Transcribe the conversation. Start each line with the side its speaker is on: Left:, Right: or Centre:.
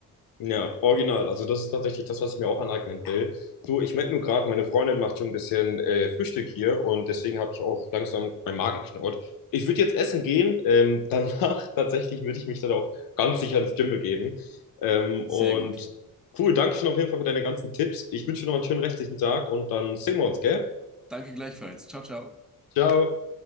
Left: Ja, original. Also das ist tatsächlich das, was ich mir auch aneignen will. Du, ich merke nur gerade, meine Freundin macht schon ein bisschen äh, Frühstück hier und deswegen habe ich auch langsam meinen Magen knurrt. Ich würde jetzt essen gehen. Ähm, danach <laughs> tatsächlich würde ich mich dann auch ganz sicher ins Gym begeben. Ähm, und
Centre: Sehr gut.
Left: cool, danke schon auf jeden Fall für deine ganzen Tipps. Ich wünsche dir noch einen schönen restlichen Tag und dann sehen wir uns, gell?
Centre: Danke gleichfalls. Ciao, ciao.
Left: Ciao.